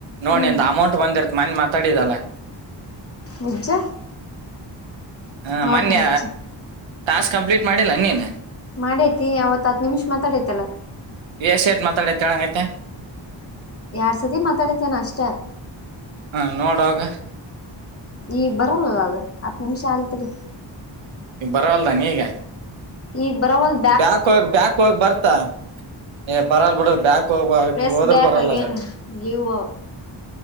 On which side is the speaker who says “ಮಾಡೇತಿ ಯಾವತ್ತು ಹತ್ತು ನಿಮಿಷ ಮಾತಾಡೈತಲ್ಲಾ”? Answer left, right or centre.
Left